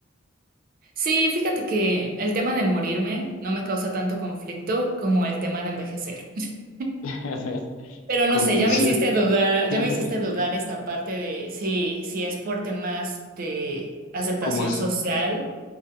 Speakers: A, on the right; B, on the left.
A: Sí, fíjate que el tema de morirme no me causa tanto conflicto como el tema de envejecer. <laughs>
B: <laughs>
A: Pero no
B: Conclusión,
A: sé, ya me hiciste dudar,
B: <laughs>
A: ya me hiciste dudar esta parte de si, si es por temas de aceptación
B: como s-
A: social